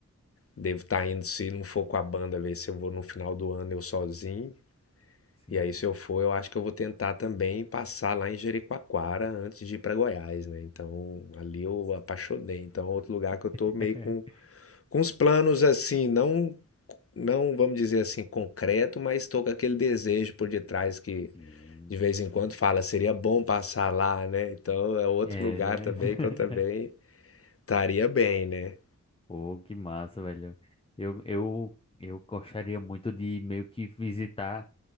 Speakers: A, on the left (about 45°); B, on the left (about 20°).
A: Devo estar indo, se não for com a banda, ver se eu vou no final do ano eu sozinho.
B: Sim.
A: E aí, se eu for, eu acho que eu vou tentar também passar lá em Jericoacoara antes de ir para Goiás, né? Então, ali eu apaixonei. Então, é outro lugar que eu tô
B: <laughs>
A: meio com com os planos assim, não, não vamos dizer assim concreto, mas estou com aquele desejo por detrás que
B: Sim.
A: de vez em quando fala, seria bom passar lá, né? Então é outro
B: É.
A: lugar também
B: <laughs>
A: que eu também estaria bem, né?
B: Pô, que massa, velho. Eu, eu, eu gostaria muito de meio que visitar.